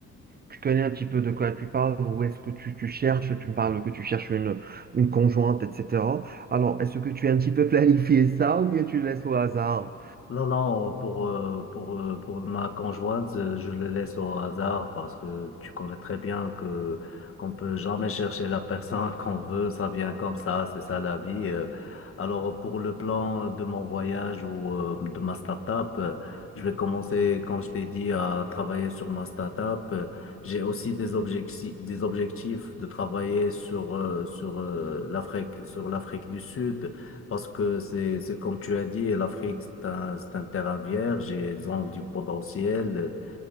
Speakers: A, on the right (about 30°); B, on the left (about 45°).
A: tu connais un petit peu de quoi tu parles ou est-ce que tu, tu cherches, tu me parles que tu cherches une, une conjointe, etc. Alors est-ce que tu as un petit peu <laughs> planifié ça
B: <laughs>
A: ou bien tu le laisses au hasard?
B: Non, non, pour, euh, pour, euh, pour ma conjointe, euh, je le laisse au hasard parce que tu connais très bien que qu'on peut jamais chercher la personne <laughs> qu'on veut, ça vient comme ça, c'est ça la vie. euh. Alors pour le plan de mon voyage ou euh, de ma start-up, euh, je vais commencer, quand je t'ai dit, à travailler sur ma start-up. Euh, J'ai aussi des objectifs, des objectifs de travailler sur, euh, sur euh, l'Afrique, sur l'Afrique du Sud. Parce que c'est, c'est comme tu as dit, l'Afrique, c'est un, c'est un terrain vierge et ils ont du potentiel. euh,